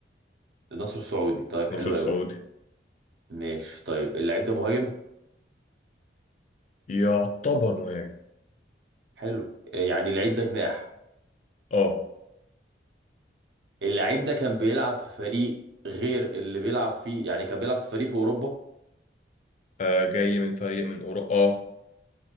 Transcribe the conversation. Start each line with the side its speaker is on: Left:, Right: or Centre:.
Right: النصر السعودي طيب
Left: ناصر
Right: حلو
Left: السعودي
Right: قوي ماشي طيب اللعيب ده مهاجم
Left: يعتبر مهاجم
Right: حلو آه، يعني اللعيب ده جناح
Left: اه
Right: اللعيب ده كان بيلعب في فريق غير اللي بيلعب فيه يعني كان بيلعب في فريق في اوروبا
Left: آه، جاي من فريق من اوروبا اه